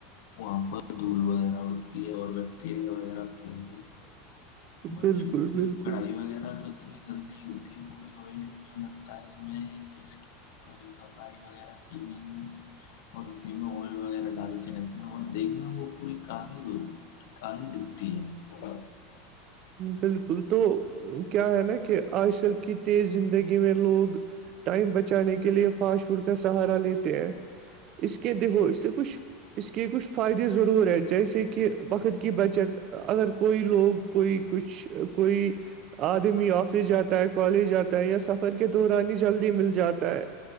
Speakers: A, on the left; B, on the right.
A: وہاں پر دھول وغیرہ بڑتی ہے اور بیکٹیریا وغیرہ پھیلتی ہے
B: <inaudible>
A: مچیوں
B: بالکل
A: کی
B: بالکل
A: کڑھائی وغیرہ تو اتنی گندی ہوتی ہے پوری آئلنگ جو لگتا ہے اس میں ایک تو اس کبھی صفائی وغیرہ کی نہیں ہے اور اسی میں ول وغیرہ ڈالتے رہتے ہیں اور دیکھنا وہ پوری کال ہوتی کانی دکھتی ہے
B: بالکل تو کیا ہے نا کہ آج کل کی تیز زندگی میں لوگ ٹائم بچانے کے لیے فاسٹ فوڈ کا سہارا لیتے ہیں اس کے دو اس سے کچھ اس کے کچھ فائدے ضرور ہیں جیسے کہ وقت کی بچت اگر کوئی لوگ کوئی کچھ کوئی آدمی آفس جاتا ہے کالج جاتا ہے یا سف کے دورانی ہی جلدی مل جاتا ہے